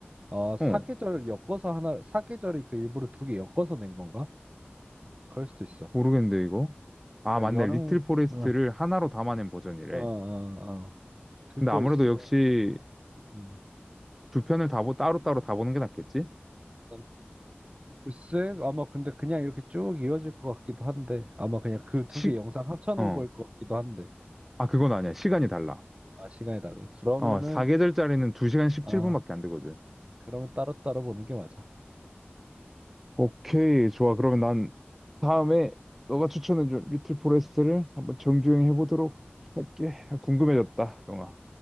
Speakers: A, on the right; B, in the centre.
A: 아, 사계절
B: 어,
A: 엮어서 하나, 사계절이 그 일부러 두 개 엮어서 낸 건가? 그럴 수도 있어.
B: 모르겠는데, 이거? 아,
A: 그러니까
B: 맞네.
A: 여름
B: 리틀 포레스트를
A: 어.
B: 하나로 담아낸 버전이래.
A: 어, 어, 어. 그거
B: 근데 아무래도
A: 있으면,
B: 역시
A: 음.
B: 두 편을 다, 보- 따로따로 다 보는 게 낫겠지?
A: 난 글쎄, 아마 근데 그냥 이렇게 쭉 이어질 것 같기도 한데, 아마 그냥 그 두
B: 시,
A: 개 영상 합쳐놓은
B: 어.
A: 걸 것 같기도 한데,
B: 아, 그건 아니야. 시간이 달라.
A: 아, 시간이 달라. 그러면은,
B: 어, 사계절짜리는 2시간 17분밖에
A: 아,
B: 안 되거든.
A: 그러면 따로따로 보는 게 맞아.
B: 오케이. 좋아. 그러면 난 다음에 너가 추천해준 리틀 포레스트를 한번 정주행 해보도록 할게. 궁금해졌다, 영화.